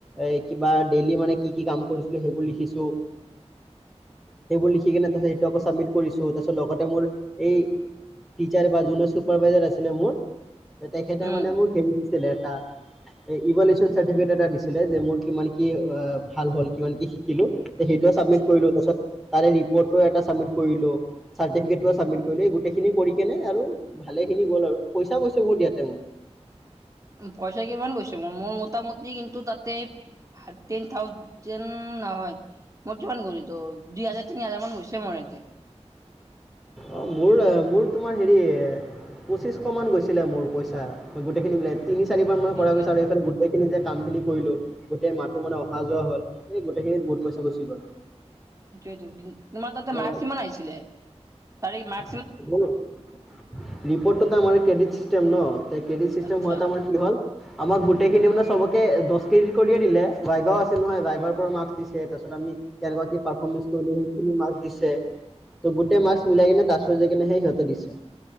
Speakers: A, in the centre; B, on the right.
A: এই কিবা ডেইলি মানে কি - কি কাম কৰিছিলোঁ সেইবোৰ লিখিছোঁ। সেইবোৰ লিখিকেনে তাৰপিছত সেইটো আকৌ ছাবমিট কৰিছোঁ। তাৰপিছত লগতে মোৰ এই টিচাৰ বা যোনে চুপাৰভাইজাৰ আছিলে মোৰ, তেখেতে
B: উম
A: মানে মোক ছিলে এটা। এ- ইভল্যুশন চাৰ্টিফিকেট এটা দিছিলে যে, মোৰ কিমান কি অ' ভাল হ'ল, কিমান কি শিকিলোঁ। তো সেইটোও ছাবমিট
B: আচ্ছা
A: কৰিলোঁ। তাৰছত তাৰে ৰিপৰ্টটোও এটা ছাবমিত কৰিলোঁ। চাৰ্টিফিকেতটো ছাবমিত কৰিলোঁ। এই গোটেইখিনি কৰিকেনে আৰু ভাল খিনি গ'ল আৰু। পইচা গৈছে বহুত ইয়াতে মোৰ।
B: উম, পইচা কিমান গৈছে? মোৰ মোটামুটি কিন্তু তাতে থাৰটিন থাউজেন নহয়, মোৰ কিমান গ'ল এইটো- দুই হাজাৰ-তিনি হাজাৰ মান গৈছে মোৰ এতে।
A: অ' মোৰ অ'- মোৰ তোমাৰ হেৰি পঁচিছশমান গৈছিলে মোৰ পইচা। মই গোটেইখিনি মিলাই তিনি-চাৰিবাৰ মান
B: সেইটোৱেতো
A: কৰা পিছত আৰু এইফালে গোটেইখিনি যে কামখিনি কৰিলোঁ, গোটেই মাহটো মানে অহা যোৱা হ'ল। এই গোটেইখিনিত বহুত পইচা গুচি গ'ল।
B: এইটোৱেটো। তোমাৰ তাতে মাক্স
A: অঁ
B: কিমান আহিছিলে? তাৰে মা
A: <unintelligible> ৰিপৰ্টটো তাৰমানে ক্ৰেডিট চিষ্টেম ন' তে ক্ৰেডিট চিষ্টেম
B: আচ্ছা
A: হোৱাত তাৰমানে কি হ'ল আমাক গোটেইখিনি মানে চবকে দছ ক্ৰেডিত কৰিয়ে দিলে। ভাইবাও আছে নহয়? ভাইবাৰ পৰা মাৰ্কছ দিছে। তাৰছত আমি কেনেকুৱা কি পাৰফমেঞ্চ কৰিলোঁ, সেইখিনি মাৰ্ক্স দিছে। তো গোটেই মাৰ্ক্স মিলাই কেনে জাই কেনে হে সিহঁতে দিছে।